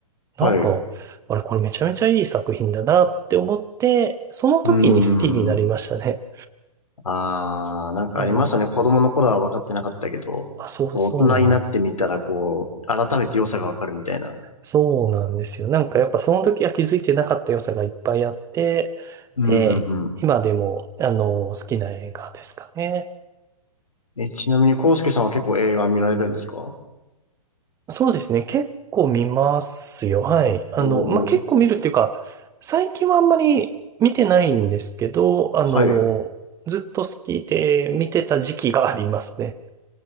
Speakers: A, on the right (about 15°); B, on the left (about 75°).
A: なんか、
B: はい。
A: あれこれめちゃめちゃいい作品だなって思って、その時に好きになりましたね。
B: うーん。ああ、なんかありますよね。
A: はい
B: 子供の頃は分かってなかったけど、
A: あ、そう、
B: こう大人になってみたら、
A: そうなんですよ。
B: こう、改めて良さが分かるみたいな。
A: そうなんですよ。なんかやっぱその時は気づいてなかった良さがいっぱいあって、
B: うん、
A: で、
B: うん、う
A: 今でも、あの、好きな映画ですかね。
B: ん。え、ちなみに、コウスケさんは結構映画見られるんですか
A: そうですね。結構見ますよ。はい。あの、
B: おー、
A: まあ、結構見るっていうか、
B: い、
A: 最近はあんまり見てないんですけど、あの、
B: はい。
A: ずっと好きで見てた時期がありますね。